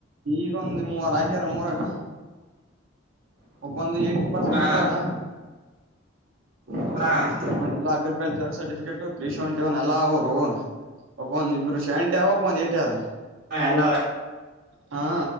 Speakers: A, on the right (about 80°); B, on the right (about 50°).
A: ಈಗೊಂದ್ ಮೂವರ ಹಾಕ್ಯಾರ ನಮೂರಾಗ. ಒಬ್ಬೊಂದು ಏಟ್ಟಿ ಪರ್ಸೆಂಟೇಜ್
B: ಹಾ
A: ಅದಾ.
B: ಹಾಂ
A: ಎಲ್ಲ ಅಗ್ರಿಕಲ್ಚರ್ ಸರ್ಟಿಫಿಕೇಟ್ ತ್ರೀಸೆವೆಂಟಿ ಒನ್ ಎಲ್ಲಾ ಆವ್ರುವು. ಒಬ್ಬವಂದ್ ಇಬ್ರು ಸೆವೆಂಟಿ ಆವ ಇಬ್ಬರು ಏಟ್ಟಿ ಆದ.
B: ಹಾಂ ಎಲ್ಲವ.
A: ಹಾ.